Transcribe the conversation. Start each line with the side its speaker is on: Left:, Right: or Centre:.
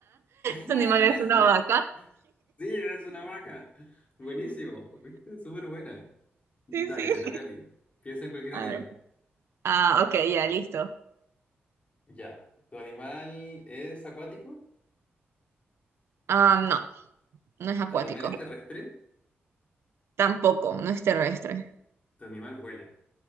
Left: <laughs>
Right: ¿Tu animal es una vaca?
Left: Sí, es una vaca. Buenísimo, ¿viste? Súper buena. Dale,
Right: Sí, sí.
Left: te toca a ti. Piensa en cualquier
Right: A
Left: animal.
Right: ver. Ah, ok, ya, listo.
Left: Ya. ¿Tu animal es acuático?
Right: Ah, no, no es acuático.
Left: ¿Tu animal es terrestre?
Right: Tampoco, no es terrestre.
Left: ¿Tu animal vuela?